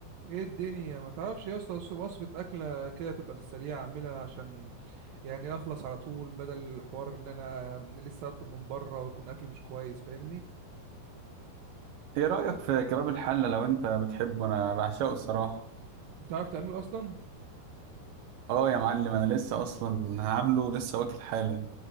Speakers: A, on the right; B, on the right.
A: ايه الدنيا ما تعرفش يا اسطى وص- وصفة اكلة كده تبقى في السريع اعملها عشان يعني اخلص على طول بدل الحوار ان انا لسه اطلب من بره ويكون اكل مش كويس فاهمني
B: ايه رأيك في كباب الحلة لو انت بتحبه انا بعشقه الصراحة
A: بتعرف تعمله اصلا
B: اه يا معلم انا لسه اصلا عامله ولسه واكل حالا